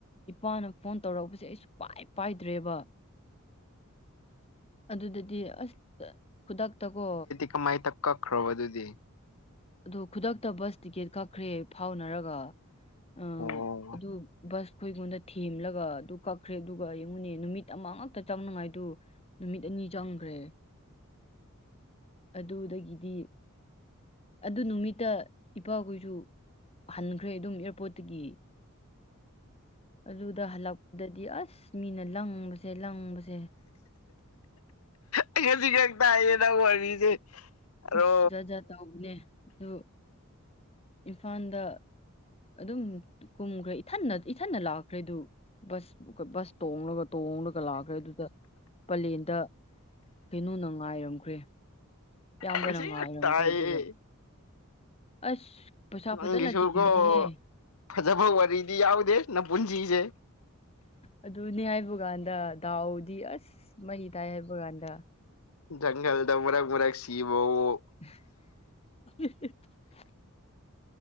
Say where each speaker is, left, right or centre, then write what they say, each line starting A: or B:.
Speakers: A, on the left; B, on the left.
A: ꯏꯄꯥꯅ ꯐꯣꯟ ꯇꯧꯔꯛꯄꯁꯦ ꯑꯩꯁꯨ ꯄꯥꯏ ꯄꯥꯏꯗ꯭ꯔꯦꯕ ꯑꯗꯨꯗꯥꯗꯤ ꯑꯁ ꯈꯨꯗꯛꯇꯀꯣ
B: ꯀꯥꯃꯥꯏꯇꯛ ꯀꯛꯈ꯭ꯔꯣꯕ ꯑꯗꯨꯗꯤ
A: ꯑꯗꯨ ꯈꯨꯗꯛꯇ ꯕꯁ ꯇꯤꯛꯀꯦꯠ ꯀꯛꯈ꯭ꯔꯦ ꯐꯥꯎꯅꯔꯒ ꯑ
B: ꯑꯣ
A: ꯑꯗꯨ ꯕꯁ ꯑꯩꯈꯣꯏꯉꯣꯟꯗ ꯊꯦꯝꯂꯒ ꯑꯗꯨ ꯀꯛꯈ꯭ꯔꯦ ꯑꯗꯨꯒ ꯌꯦꯡꯉꯨꯅꯦ ꯅꯨꯃꯤꯠ ꯑꯃ ꯉꯛꯇ ꯆꯪꯅꯉꯥꯏꯗꯨ ꯅꯨꯃꯤꯠ ꯑꯅꯤ ꯆꯪꯈ꯭ꯔꯦ ꯑꯗꯨꯗꯥꯒꯤꯗꯤ ꯑꯗꯨ ꯅꯨꯃꯤꯠꯇ ꯏꯄꯥꯈꯣꯏꯁꯨ ꯍꯟꯈ꯭ꯔꯦ ꯑꯗꯨꯝ ꯑꯦꯌꯥꯔꯄꯣꯔꯠꯇꯒꯤ ꯑꯗꯨꯗ ꯍꯜꯂꯛꯄꯗꯗꯤ ꯑꯁ ꯃꯤꯅ ꯂꯪꯕꯁꯦ ꯂꯪꯕꯁꯦ
B: ꯑꯩ ꯉꯁꯤꯈꯛ ꯇꯥꯏꯌꯦ ꯅꯪ ꯋꯥꯔꯤꯁꯦ ꯑꯔꯣ
A: ꯑꯁ ꯖꯥꯠ ꯖꯥꯠ ꯇꯧꯕꯅꯦ ꯑꯗꯨ ꯏꯝꯐꯥꯜꯗ ꯑꯗꯨꯝ ꯀꯨꯝꯈ꯭ꯔꯦ ꯏꯊꯟꯅ ꯏꯊꯟꯟꯅ ꯂꯥꯛꯈ꯭ꯔꯦ ꯑꯗꯨ ꯕꯁ ꯕꯁ ꯇꯣꯡꯂꯒ ꯇꯣꯡꯂꯒ ꯂꯥꯛꯈ꯭ꯔꯦ ꯑꯗꯨꯗ ꯄꯂꯦꯟꯗ ꯀꯩꯅꯣꯅ ꯉꯥꯏꯔꯝꯈ꯭ꯔꯦ ꯏꯌꯥꯝꯕꯅ
B: ꯉꯁꯤ
A: ꯉꯥꯏꯔꯝꯈ꯭ꯔꯦ
B: ꯈꯛ ꯇꯥꯏꯌꯦ
A: ꯑꯗꯨꯒ ꯑꯁ ꯄꯩꯁꯥ
B: ꯅꯪꯒꯤꯁꯨꯀꯣ
A: ꯐꯖꯅ ꯇꯤꯡꯕꯅꯦꯍꯦ
B: ꯐꯖꯕ ꯋꯥꯔꯤꯗꯤ ꯌꯥꯎꯗꯦ ꯅꯄꯨꯨꯟꯁꯤꯁꯦ
A: ꯑꯗꯨꯅꯦ ꯍꯥꯏꯕ ꯀꯥꯟꯗ ꯗꯥꯎꯗꯤ ꯑꯁ ꯃꯍꯤ ꯇꯥꯏ ꯍꯥꯏꯕ ꯀꯥꯟꯗ
B: ꯖꯥꯟꯒꯜꯗ ꯃꯔꯛ ꯃꯔꯛ ꯁꯤꯕꯑꫭ
A: <inaudible>